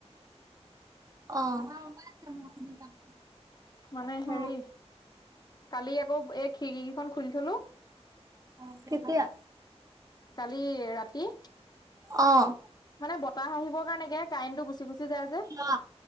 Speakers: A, on the right; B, on the left.
A: অ'
B: মানে হেৰি
A: অ
B: কালি আকৌ এই খিৰিকী কেইখন খুলি থলো
A: অ', কেতিয়া?
B: কালি ৰাতি
A: অ'
B: মানে বতাহ আহিবৰ কাৰণে কে কাৰেনটো গুচি গুচি যায় যে।
A: অ